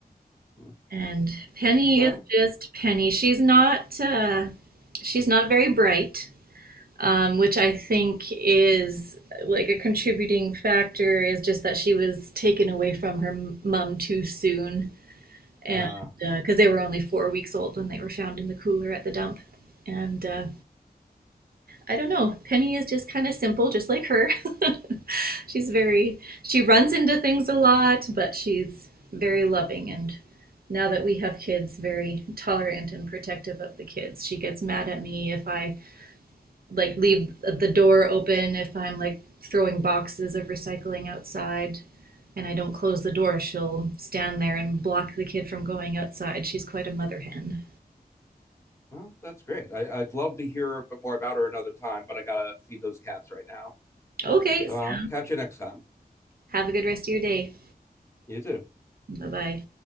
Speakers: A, on the left; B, on the right.
A: Mm.
B: And Penny
A: Well,
B: is just Penny. She's not uh, she's not very bright, um, which I think is like a contributing factor is just that she was taken away from her mom too soon, and
A: uh,
B: because uh, they were only four weeks old when they were found in the cooler at the dump, and uh, I don't know. Penny is just kind of simple, just like her. <laughs> she's very she runs into things a lot, but she's very loving and now that we have kids, very tolerant and protective of the kids. She gets mad at me if I like leave the door open if I'm like throwing boxes of recycling outside and I don't close the door, she'll stand there and block the kid from going outside. She's quite a mother hen.
A: well, that's great. I, I'd love to hear a bit more about her another time, but I gotta feed those cats right now.
B: Okay,
A: So
B: sounds.
A: I'll catch you next time.
B: Have a good rest of your day.
A: You too.
B: Bye bye.